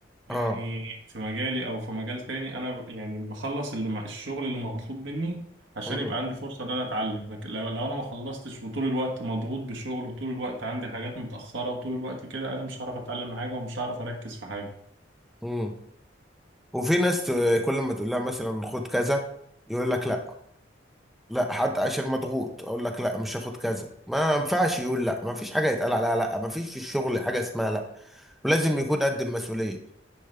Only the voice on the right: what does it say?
يعني
في مجالي او في مجال تاني انا ب- يعني بخلص اللي مع الشغل اللي مطلوب مني عشان
يبقى عندي فرصة ان انا اتعلم لكن لو, لو انا ما خلصتش وطول الوقت مضغوط بشغل وطول الوقت عندي حاجات متأخرة وطول الوقت كده انا مش هعرف اتعلم حاجة ومش هعرف اركز في حاجة